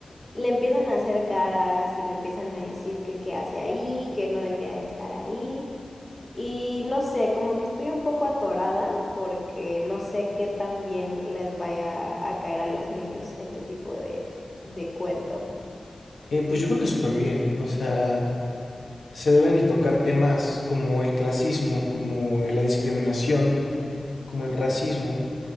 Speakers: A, on the left (about 20°); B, on the left (about 80°).
A: Le empiezan a hacer caras y le empiezan a decir que qué hace ahí, que no debería de estar ahí. Y no sé, como que estoy un poco atorada porque no sé qué tan bien les vaya a caer a los niños este tipo de, de cuento.
B: Eh, pues yo creo que súper bien. O sea, se deben de tocar temas como el clasismo, como la discriminación, como el racismo.